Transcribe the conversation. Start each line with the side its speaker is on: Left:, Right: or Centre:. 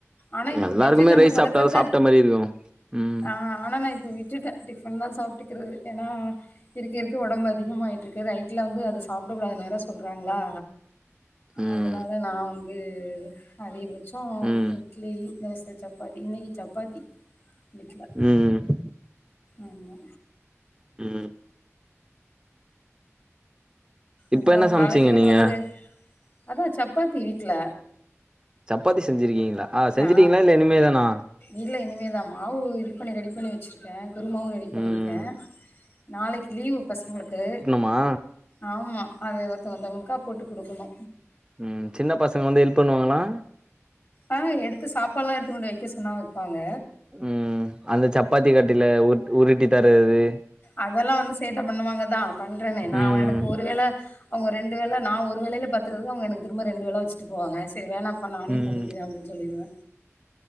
Left: ஆனா இப்ப
Right: எல்லாருக்குமே
Left: விட்டுட்ட அந்த
Right: ரைஸ்
Left: பழக்கத்த
Right: சாப்ட்டாதா சாப்ட்ட மாரி இருக்கு ம்
Left: ஆ ஆனா நா இப்ப விட்டுட்ட டிஃபன் தா சாப்ட்டுக்குறது ஏன்னா இருக்க இருக்க ஒடம்பு அதிகமாயிட்டு இருக்கு நைட்ல வந்து அத சாப்ட வேணா வேற சொல்றாங்களா
Right: ம்
Left: அதனால நா வந்து அதிகபட் சோ
Right: ம்
Left: இட்லி தோச சப்பாத்தி இன்னிக்கி சப்பாத்தி வீட்ல
Right: உம்
Left: ஆமா
Right: ம் இப்ப
Left: அப்பறோ
Right: என்ன சமச்சீங்க
Left: காலேஜ்ல இருந்து
Right: நீங்க
Left: வந்து அதா சப்பாத்தி வீட்ல
Right: சப்பாத்தி செஞ்சிருக்கீங்களா செஞ்சுட்டீங்களா
Left: ஆ
Right: இல்ல இனிமேதானா
Left: இல்ல இனிமேதா மாவு இது பண்ணி ரெடி பண்ணி வெச்சிருக் கே குருமாவு ரெடி பண்ணியிருக்க
Right: ம்
Left: நாளைக்கு லீவு பசங்களுக்கு
Right: மா
Left: ஆமா அத ஒருத்தவுங்க ஒருத்தவுங்களுக்கா போட்டு குடுக்கணோ
Right: ம் சின்ன பசங்க வந்து ஹெல்ப் பண்ணுவாங்களா
Left: ஆ எடுத்து சாப்பாடுல்லா எடுத்துக்கொண்டு வெய்க்க சொன்னா வெய்ப்பாங்க
Right: ம் அந்த சப்பாத்தி கட்டைல உ உருட்டி தறது
Left: அதெல்லா வந்து சேட்ட பண்ணுவாங்க தா பண்றேனே நா
Right: ம்
Left: எனக்கு ஒருவேள அவுங்க ரெண்டு வேல நா ஒரு வேலயில பாத்துறவ அவுங்க எனக்கு திரும்ப ரெண்டு வேல வெச்சுட்டு போவாங்க செரி வேணா சோ நானே
Right: ம்
Left: பண்ணீக்கிற அப்டீன்னு சொல்லிடுவ